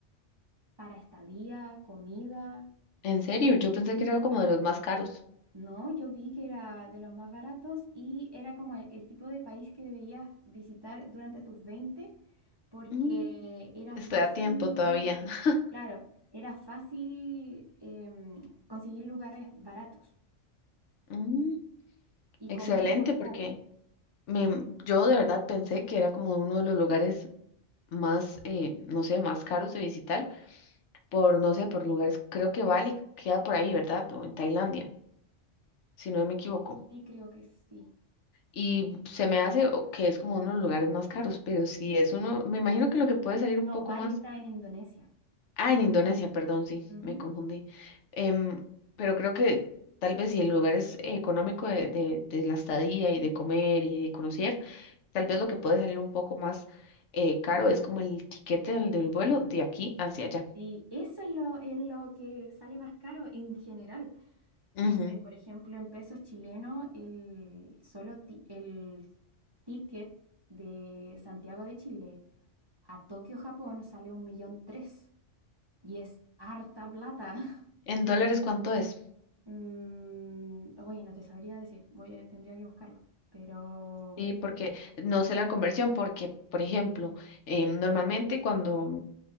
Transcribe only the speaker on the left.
En serio, yo pensé
que era
como
de los más caros.
Mm,
Estoy
a tiempo todavía. <laughs>
Mm,
Excelente,
porque...
Me, yo de verdad pensé que era como uno de los lugares más, eh, no sé, más caros de visitar por, no sé, por lugares, creo que Bali queda por ahí, ¿verdad? O en Tailandia, si no me equivoco.
Y se me hace o- que es como uno de los lugares más caros, pero si es uno, me imagino que lo que puede salir un
poco
más,
ah, en Indonesia, perdón, sí,
me confundí. Em, pero creo que tal vez si el lugar es económico de, de, de la estadía y de comer y de conocer Tal vez lo que puede salir un poco más eh, caro es como el tiquete del, del vuelo de aquí hacia allá.
Ujú.
¿En dólares cuánto es?
Sí, porque no sé la conversión, porque, por ejemplo, eh, normalmente cuando,